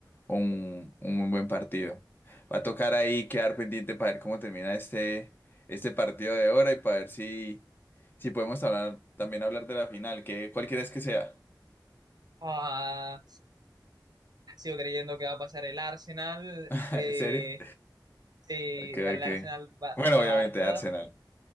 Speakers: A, on the left; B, on the right.
A: un, un muy buen partido. Va a tocar ahí quedar pendiente para ver cómo termina este, este partido de ahora y para ver si, si podemos hablar, también hablar de la final, que cuál quieres que sea.
B: Ah, sigo creyendo que va a pasar el Arsenal.
A: <laughs>
B: eh,
A: ¿En serio?
B: Sí,
A: Ok,
B: al
A: ok.
B: Arsenal va,
A: Bueno,
B: la
A: obviamente
B: va a dar toda.
A: Arsenal.